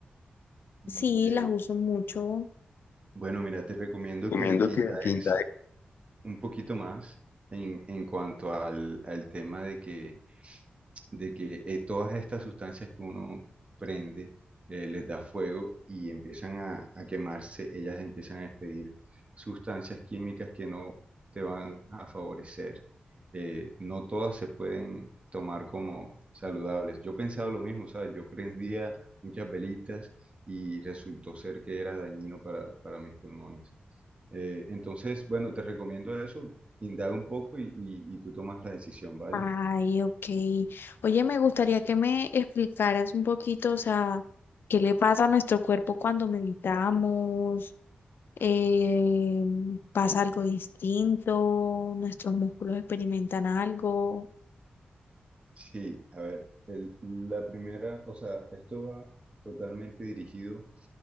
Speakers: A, on the right; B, on the left.
A: Ok.
B: Sí, las uso mucho.
A: Bueno, mira, te recomiendo
B: Recomiendo
A: que, que
B: que,
A: indagues
B: que indagues.
A: un poquito más en, en cuanto al, al tema de que de que eh, todas estas sustancias que uno prende eh, les da fuego y empiezan a, a quemarse, ellas empiezan a despedir sustancias químicas que no te van a favorecer. Eh, no todas se pueden tomar como saludables. Yo pensaba lo mismo, ¿sabes? Yo prendía muchas velitas y resultó ser que era dañino para, para mis pulmones. Eh, entonces, bueno, te recomiendo eso, indaga un poco y, y y tú tomas la decisión, ¿vale?
B: Ay, ok. Oye, me gustaría que me explicaras un poquito, o sea, qué le pasa a nuestro cuerpo cuando meditamos, eh, pasa algo distinto, nuestros músculos experimentan algo.
A: Sí, a ver, el- la primera, o sea, esto va totalmente dirigido